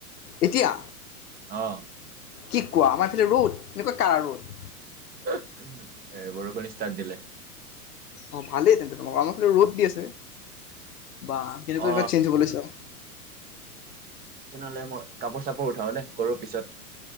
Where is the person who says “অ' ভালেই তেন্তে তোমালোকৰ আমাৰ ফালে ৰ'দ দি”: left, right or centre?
Left